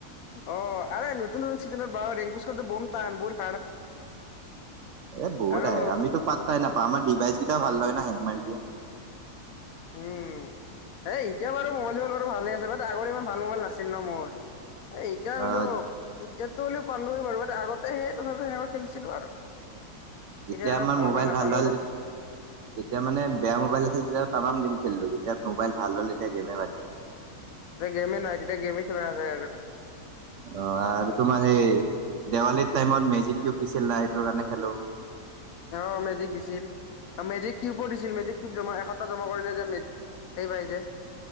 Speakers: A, on the left; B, on the right.
A: অ আৰে নতুন নতুন চিজনৰ বাও ৰেং স্কটটো বম কান ব।
B: এ বহুত
A: আৰু
B: আহে আমিতো পাতটাই নাপাওঁ আমাৰ ডিভাইচ কেইটাও ভাল নহয় ন সে মাৰিদিয়া।
A: উম। এ এতিয়া বাৰু মোবাইল চোবাইল বাৰু ভালে আছে বাট আগৰ ইমান ভাল মোবাইল নাছিল ন মোৰ এ এতিয়া
B: আহ
A: কিন্তু এতিয়াতো বুলিও পালোৱে বাৰু বাট আগতে সেই তথাপি সেনেকুৱা খেলিছিলো আৰু
B: যেতিয়া
A: তেতিয়া এনেকুৱা
B: আমাৰ মোবাইল
A: নাপালো
B: ভাল হ'ল
A: আৰু
B: তেতিয়া মানে বেয়া
A: উম
B: মোবাইল আছিল যেতিয়া তামাম গেম খেলিলো যেতিয়া মোবাইল ভাল হ'ল তেতিয়া গেমে বাদ
A: এতিয়া গেমে নাই তেতিয়া গেমে খেলা নাযায় আৰু
B: অ আৰু তোমাৰ সে দেৱালীৰ টাইমত মেজিক কিউব দিছিল না সেইটোৰ কাৰণে খেলো
A: অ মেজিক দিছিল অ মেজিক। কিউবো দিছিল মেজিক কিউব জমা এশ টকা জমা কৰিলে যে মে হেৰি পাই যে